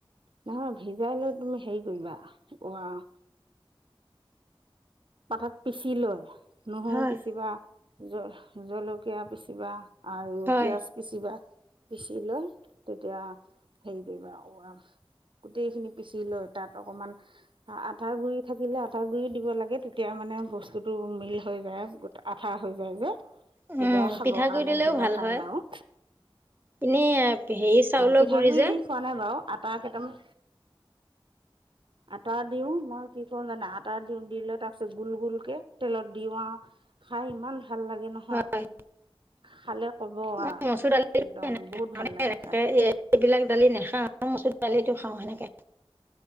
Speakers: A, on the right (about 60°); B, on the right (about 20°).
A: নহয় ভিজাই লৈ তুমি হেৰি কৰিবা ৱাহ। পাতত পিচি লয় নহৰু
B: হয়
A: পিচিবা জ জলকীয়া পিচিবা। আৰু
B: হয়।
A: পিয়াঁজ। পিচিবা পিচি লৈ তেতিয়া হেৰি কৰিবা গোটেইখিনি পিচি লৈ তাত অকমান আঠাৰ গুৰি থাকিলে আটা গুৰি দিব লাগে তেত তিয়া মানে বস্তুটো মিল হৈ যায়, আঠা হৈ যায় যে।
B: উম
A: তেতিয়া খাব
B: পিঠাগুৰি
A: কাৰণে
B: দিলেও
A: ধৰিলোৱা ভাল
B: হয়
A: আও।
B: এনেই হেৰি চাউলৰ
A: পিঠাগুড়ি
B: গুৰি যে
A: দি খোৱা নাই বাৰু আটা কেইটামান, আটা দিওঁ মই কি কৰো জানা আটা দিওঁ দি লৈ তাৰ পিছত গোল গোলকে, তেলত দিও আও খাই ইমান ভাল লাগে ন।
B: হয়।
A: খালে ক'ব
B: মই
A: আও,
B: মচুৰ দালি
A: একদম বহুত
B: মানে
A: ভাল লাগে
B: এনেকে
A: খাই।
B: এইবিলাক দালি নাখাওঁ মচুৰ দালিটো খাওঁ সেনেকে।